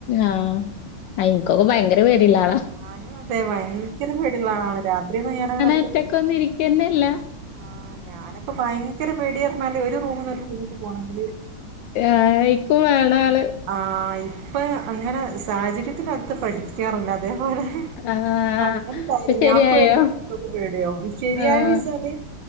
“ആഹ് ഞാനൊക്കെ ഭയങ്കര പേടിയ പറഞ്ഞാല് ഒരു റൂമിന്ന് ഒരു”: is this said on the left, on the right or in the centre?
Right